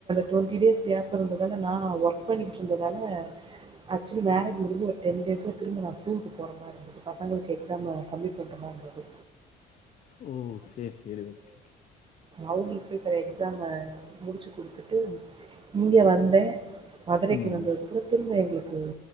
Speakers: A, on the right; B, on the left.
A: டொண்ட்டி டேஸ் கேப் இருந்ததால நா ஒர்க் பண்ணிட்டுருந்ததால ஆக்சுவலி மேரேஜ் முடிஞ்சி ஒரு டென் டேஸ்ல் திரும்பு நா ஸ்கூலுக்கு போற மாரி இந்தது பசங்களுக்கே எக்ஸாம்ம கம்மி பண்ருந்த இருந்தது
B: ஓ சேரி சேரி ஓகே
A: அவுங்களுக்கு போய் <unintelligible> எக்ஸாம்மு முடிச்சு குடுத்துட்டு இங்கே வந்தே மதுரைக்கு
B: ம்.
A: வந்ததுக்குப்புற திரும்ப எங்க்லு கம்